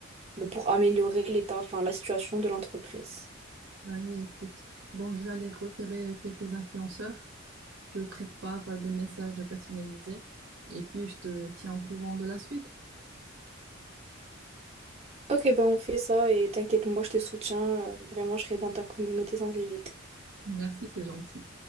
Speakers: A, on the right; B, on the right.
A: ben, pour améliorer l'état, enfin, la situation de l'entreprise.
B: Bah oui, écoute. Bon, je vais aller repérer quelques influenceurs. Je prépare euh, des messages personnalisés. Et puis, je te tiens au courant de la suite.
A: Ok, ben on fait ça et t'inquiète, moi je te soutiens. euh, Vraiment, je serai dans ta communauté sans hésiter.
B: Merci, c'est gentil.